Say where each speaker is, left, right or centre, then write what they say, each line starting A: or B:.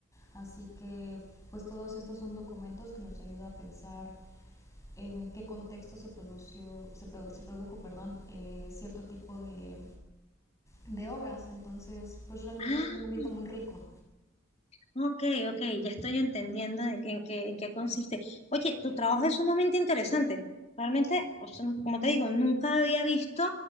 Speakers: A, on the left; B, on the left.
A: así que pues todos estos son documentos que nos ayuda a pensar en qué contexto se, produció, se, produ se produjo perdón, eh, cierto tipo de, de obras, entonces pues realmente
B: Ah,
A: es un ámbito muy rico.
B: Ok, ok, ya estoy entendiendo de- en qué, en qué consiste. Oye, tu trabajo es sumamente interesante. Realmente, o sea, como te digo, nunca había visto